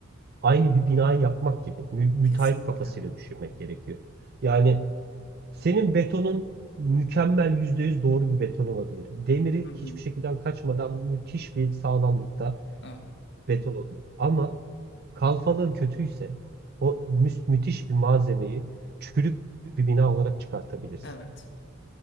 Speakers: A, on the right; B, on the left.
A: aynı bir binayı yapmak gibi mü- müteahhit
B: Kesinlikle.
A: kafasıyla düşünmek gerekiyor. Yani senin betonun mükemmel %100 doğru bir beton olabilir. Demirin
B: Hı hı.
A: hiçbir şekilden kaçmadan müthiş bir sağlamlıkta
B: Evet.
A: beton olabilir. Ama kalfalığın kötüyse o mü- müthiş bir malzemeyi çürük bir bina olarak çıkartabilirsin.
B: Evet.